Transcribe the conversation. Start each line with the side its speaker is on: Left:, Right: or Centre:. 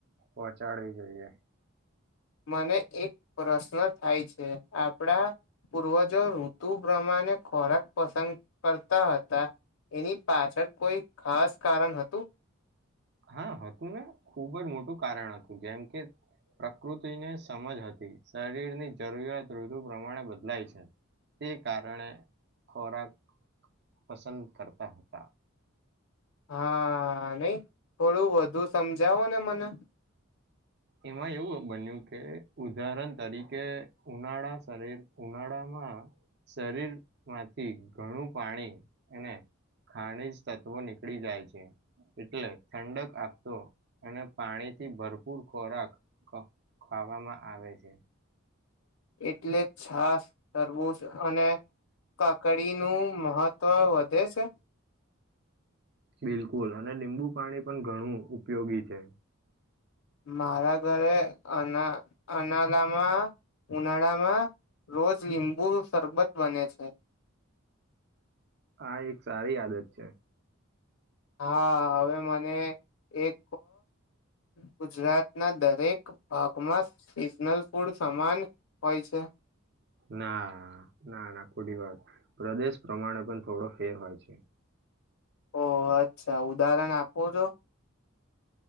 Right: પહોંચાડવી જોઈએ
Left: મને એક પ્રશ્ન થાય છે આપણા પૂર્વ જો ઋતુ પ્રમાણે ખોરાક પસંદ કરતા હતા એની પાછળ કોઈ ખાસ કારણ હતું
Right: હા હતું ને ખૂબ જ મોટું કારણ હતું જેમ કે પ્રકૃતિને સમજ હતી શરીરની જરૂરિયાત ઋતુ પ્રમાણે બદલાય છે તે કારણે ખોરાક પસંદ કરતા હતા
Left: હા નઈ થોડું વધુ સમજાવોને મને
Right: એમાં એવું બન્યું કે ઉદાહરણ તરીકે ઉનાળા શરીર ઉનાળામાં શરીરમાંથી ઘણું પાણી અને ખાણીજ તત્વો નીકળી જાય છે એટલે ઠંડક આપતો અને પાણીથી ભરપૂર ખોરાક ખાવામાં આવે છે
Left: એટલે છાસ તરબું અને કાકડી નું મહત્વ વધ તે છે
Right: બિલકુલ અને લીંબુ પાણી પણ ઘણું ઉપયોગી છે
Left: મારા ઘરે અના અનાળામાં ઉનાળામાં રોજ લીંબુ સરબત બને છે
Right: હા એક સારી આદત છે
Left: હા હવે મને એક ગુજરાત ના દરેક ભાગમાં સીઝનલ ફૂડ સમાન હોય છે
Right: ના ના ના ખોટી વાત પ્રદેશ પ્રમાણે પણ થોડો ફેર હોય છે
Left: ઓહ અચ્છા ઉદાહરણ આપો છો